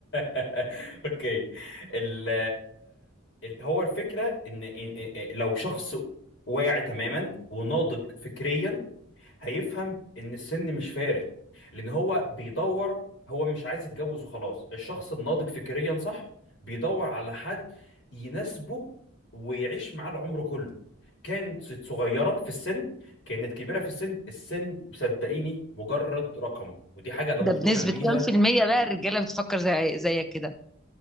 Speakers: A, on the left (about 55°); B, in the centre.
A: <laughs> اوكي ال ال- هو الفكره ان إن- إن- لو شخص واعي تماما وناضج فكريا هيفهم ان السن مش فارق لان هو بيدور هو مش عايز يتجوز وخلاص الشخص الناضج فكريا صح بيدور على حد يناسبه ويعيش معاه العمر كله كانت صغيرة في السن كانت كبيرة في السن السن صدقيني مجرد رقم ودي حاجة أنا
B: ده
A: مقتنع
B: بنسبه
A: بيها
B: كام في الميه بقى الرجاله بتفكر زي زيك كده